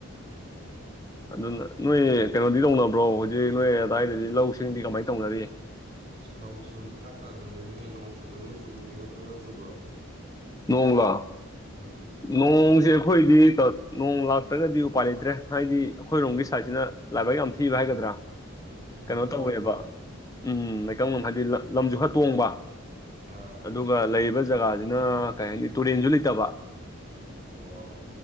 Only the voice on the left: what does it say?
ꯑꯗꯨꯅ ꯅꯣꯏ ꯀꯩꯅꯣꯗꯤ ꯇꯧꯅꯕ꯭ꯔꯣ ꯍꯧꯖꯤꯛ ꯅꯣꯏ ꯑꯗꯥꯏꯗꯗꯤ ꯂꯧꯁꯤꯡꯗꯤ ꯀꯃꯥꯏ ꯇꯧꯅꯔꯤ
ꯅꯣꯡꯂꯥ
ꯅꯣꯡꯁꯦ ꯑꯩꯈꯣꯏꯗꯤ ꯅꯣꯡ ꯂꯥꯛꯇ꯭ꯔꯒꯗꯤ ꯎꯄꯥꯏ ꯂꯩꯇ꯭ꯔꯦ ꯍꯥꯏꯗꯤ ꯑꯩꯈꯣꯏꯔꯣꯝꯒꯤ ꯁꯥꯏꯠꯁꯤꯅ ꯂꯥꯏꯕꯛ ꯌꯥꯝ ꯊꯤꯕ ꯍꯥꯏꯒꯗ꯭ꯔꯥ ꯀꯩꯅꯣ
ꯇꯧꯋꯦꯕ
ꯎꯝ ꯂꯩꯀꯪ ꯃꯝ ꯍꯥꯏꯕꯗꯤ ꯂꯝꯖꯨ ꯈꯔ ꯇꯣꯡꯕ
ꯑꯗꯨꯒ ꯂꯩꯔꯤꯕ ꯖꯒꯥꯁꯤꯅ ꯀꯩ ꯍꯥꯏꯅꯤ ꯇꯨꯔꯦꯟꯁꯨ ꯂꯩꯇꯕ